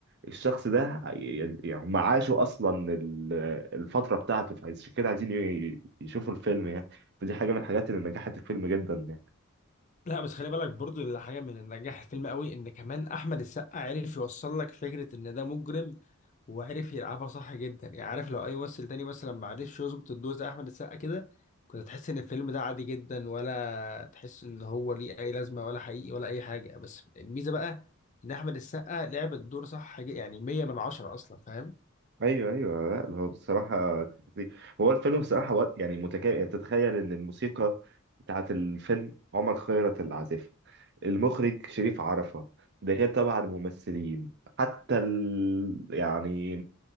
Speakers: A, on the right; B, on the left.
A: الشخص ده ي- يعني هم عاشوا اصلا ال- الفترة بتاعته فعشان كده عايزين ي- يشوفوا الفيلم يعني فدي حاجة من الحاجات اللي نجحت الفيلم جدا يعني
B: لا بس خلي بالك برضو اللي حاجه من اللي نجح الفيلم قوي ان كمان احمد السقا عرف يوصل لك فكره ان ده مجرم وعرف يلعبها صح جدا يعني عارف لو اي ممثل تاني مثلا ما عرفش يظبط الدور زي احمد السقا كده كنت تحس ان الفيلم ده عادي جدا ولا تحس ان هو ليه اي لازمه ولا حقيقي ولا اي حاجه بس الميزه بقى ان احمد السقا لعب الدور صح ج- يعني 100 من 10 اصلا فاهم
A: ايوه ايوه لا هو بصراحه كان فظيع. هو الفيلم بصراحه وقت يعني متكامل يعني تتخيل ان الموسيقى بتاعت الفيلم عمر خيرت اللي عازفها المخرج شريف عرفة ده غير طبعا الممثلين حتى ال... يعني